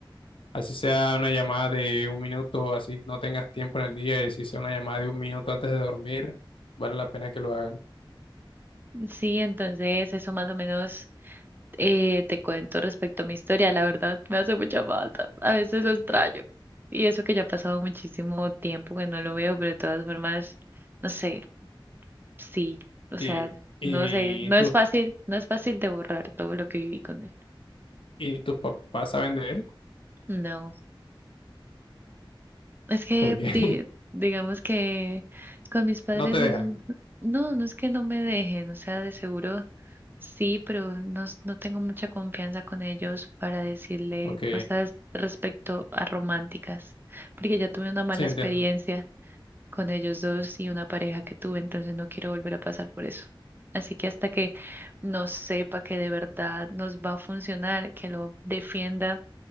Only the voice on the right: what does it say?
Sí, entonces eso más o menos eh, te cuento respecto a mi historia, la verdad me hace mucha falta, a veces lo extraño. Y eso que ya ha pasado muchísimo tiempo que no lo veo, pero de todas formas, no sé, sí, o sea,
no sé, no
es fácil, no es fácil de borrar todo lo que viví con él.
No. Es que
di- digamos que con mis
padres
es
un- no, no es que no me dejen, o sea, de seguro sí, pero no, s- no tengo mucha confianza con ellos para decirle
cosas respecto a románticas, porque ya tuve una mala
experiencia con ellos dos y una pareja que tuve, entonces no quiero volver a pasar por eso. Así que hasta que no sepa que de verdad nos va a funcionar, que lo defienda